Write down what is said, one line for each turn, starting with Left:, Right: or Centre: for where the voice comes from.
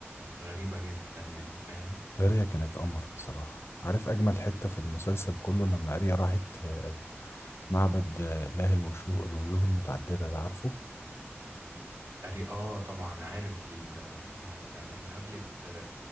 Right: غريبة جدا يعني فاهم
Left: هاريا كانت قمر بصراحه عارف اجمل حته في المسلسل كله لما هاريا راحت آه، معبد آه، اله الوشوه الوجوه المتعدده ده عارفه
Right: أري اه طبعا عارف المعبد ده لما قابلت